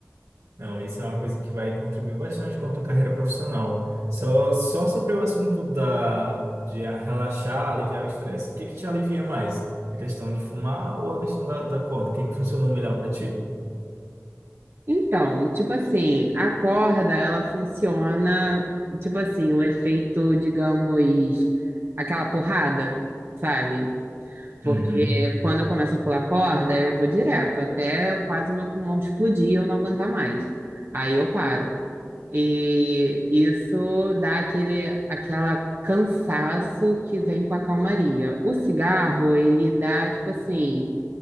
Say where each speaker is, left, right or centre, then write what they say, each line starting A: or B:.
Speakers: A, on the right; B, on the right.
A: Não, isso é uma coisa que vai contribuir bastante com a tua carreira profissional. Só, só sobre o assunto da, de a- relaxar, aliviar o estresse, o que que te alivia mais? A questão de fumar ou a questão da, da corda? O que que funcionou melhor para ti?
B: Então, tipo assim, a corda, ela funciona, tipo assim, um efeito, digamos, aquela porrada, sabe? Porque
A: Uhum.
B: quando eu começo a pular corda, eu vou direto, até quase o meu pulmão explodir e eu não aguentar mais. Aí eu paro. E isso dá aquele, aquela cansaço que vem com a calmaria. O cigarro, ele dá, tipo assim,